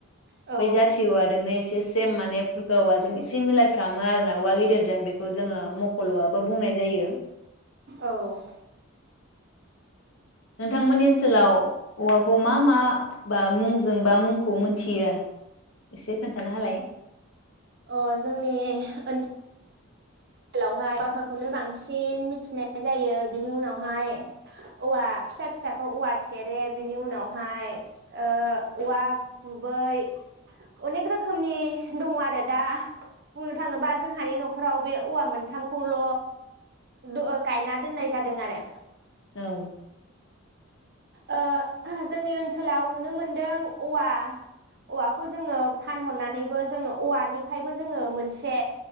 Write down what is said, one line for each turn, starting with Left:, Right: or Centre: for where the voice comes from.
Right: औ
Left: बै जाथि औवा जोंनो एसे सेम माने फुरखा औवाजों - सि मिलायफ्रामो आरोना औवा गेदेरजों बेखौ जोङो मखल औवाबो बुंनाय जायो।
Right: औ
Left: नोंथांमोननि ओनसोलाव औवाखौ मा मा बा मुंजों बा मुंखौ मोनथियो एसे खोन्थाना होलाय।
Right: अ जोंनि ओनसो आथिखालावहाय औवा <unintelligible> खौनो बांसिन मिथिनाय जायो बिनि उनावहाय औवा फिसा फिसाखौ औवा थेरे बिनि उनावहाय ओ औवा गुबै अनेक रोखोमनि दङ आरो दा बुंनो थाङोबा जोंहानि नखराव बे औवा मोनथामखौल द गायना दोननाय जादों आरो।
Left: औ
Right: ओ ओह जोंनि ओनसोलाव नुनो मोनदों औवा औवाखौ जोङो फानहरनानैबो जोङो औवानिफायबो जोङो मोनसे